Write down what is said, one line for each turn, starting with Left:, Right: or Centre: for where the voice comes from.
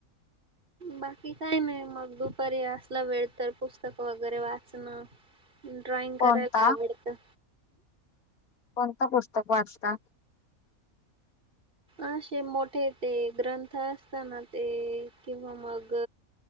Right: बाकी काही नाही मग दुपारी असला वेळ तर पुस्तक वगैरे वाचणं. ड्रॉइंग
Left: कोणता
Right: करायला आवडतं.
Left: कोणता पुस्तक वाचता?
Right: असे मोठे ते ग्रंथ असताना ते किंवा मग